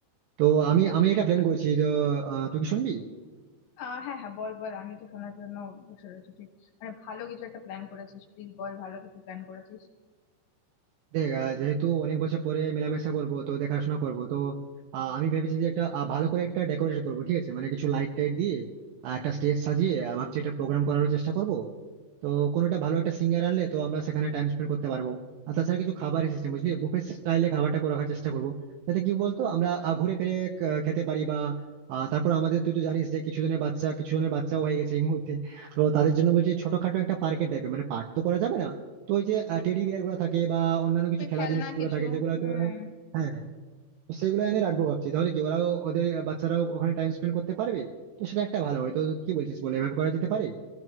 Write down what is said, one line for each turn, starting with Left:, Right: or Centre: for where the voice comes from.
Right: তো আমি আমি এটা প্ল্যান করছি তো আহ, তুই কি শুনবি
Left: আহ হ্যাঁ হ্যাঁ বল বল আমি তো শোনার জন্য বসে রয়েছি তুই মানে ভালো কিছু একটা প্ল্যান করেছিস প্লিজ বল ভালো কিছু প্ল্যান করেছিস
Right: দেখ আহ, যেহেতু অনেক বছর পরে মেলামেশা করব তো দেখাশোনা করব তো আহ, আমি ভেবেছি যে একটা আহ, ভালো করে একটা ডেকোরেশন করব ঠিক আছে মানে কিছু লাইট টাইট দিয়ে আর একটা স্টেজ সাজিয়ে আহ, ভাবছি একটা প্রোগ্রাম করার চেষ্টা করব তো কোনোটা ভালো একটা সিঙ্গার আনলে তো আমরা সেখানে টাইম স্পেন্ড করতে পারবো আর তাছাড়া কিছু খাবারের সিস্টেম বুঝলি বুফে স্টাইলে খাবারটা করে রাখার চেষ্টা করবো যাতে কি বলতো আমরা আহ, ঘুরে ফিরে ক- খেতে পারি বা আহ, তারপর আমাদের তুই তো জানিস যে কিছু জনের বাচ্চা কিছু জনের বাচ্চাও হয়ে গেছে এই মুহূর্তে তো তাদের জন্য বলছি ছোটখাটো একটা পার্কের টাইপের মানে পার্ক তো করা যাবে না তো ওই যে টেডি বিয়ার গুলো থাকে বা অন্যান্য কিছু
Left: তুই
Right: খেলা
Left: খেলনা
Right: জিনিসগুলো
Left: কিছু
Right: থাকে যেগুলো হয়তো
Left: হুম
Right: ওরা হ্যাঁ হ্যাঁ, তো সেগুলো এনে রাখবো ভাবছি তাহলে কি ওরাও ওদের বাচ্চারাও ওখানে টাইম স্পেন্ড করতে পারবে তো সেটা একটা ভালো হয় তো কি বলছিস বলে এভাবে করা যেতে পারে